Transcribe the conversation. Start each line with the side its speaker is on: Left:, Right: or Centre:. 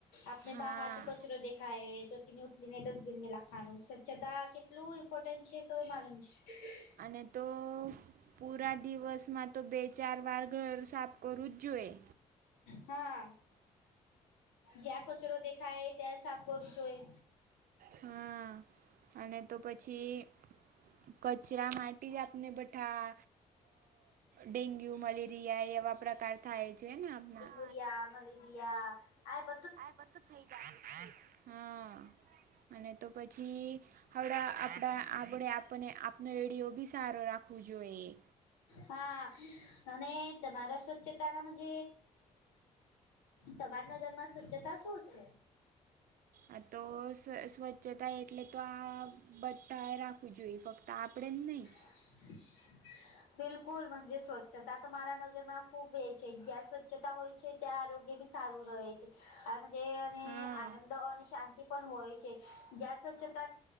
Left: આપને
Right: હા.
Left: બહારથી કચરો દેખાાય તો તેને ઉતલીને ડસ્ટબિનમાં લખવાનું સ્વચ્છતા કેટલું ઇમ્પોર્ટન્ટ છે તો માલ છે
Right: અને તો પૂરા દિવસમાં તો બે ચાર વાર ઘર સાફ કરવું જ જોઈએ
Left: હા જ્યાં કચરો દેખાય ત્યાં સાફ કરું જોઈએ
Right: હા અને તો પછી કચરા માટેટી જ આપને બઠા ડેન્ગ્યુ મલેરિયા એવા પ્રકાર કાર થાય છે ને આપમણાં
Left: ુરિયા મલેરિયા આ બ
Right: આ બધું થઈ જ હા અને તો પછી હણા આપણા આપણે આપણને આપનો એડિયો બી સારો રાખવો જોઈએ
Left: હા અને તમારા સ્વચ્છતા નાજ તમારી નજરમાં સજ્જતા શું છે
Right: આ તો સ્વચ્છતા એટલે તો આ બટ્ટા રાખ પુજોઈ ફક્ત આપણે જ નહીં
Left: <inaudible> બિલકુલ મજ સ્વચ્છતા તો મારા નજરમાં ખૂબ એ છે જ્યાં સ્વચ્છતા હોય છે ત્યાં આરોગ્ય બી સારું રહે છે આમ જેને
Right: હા
Left: આનંદ અને શાંતિ પણ હોય જ સ્વચતા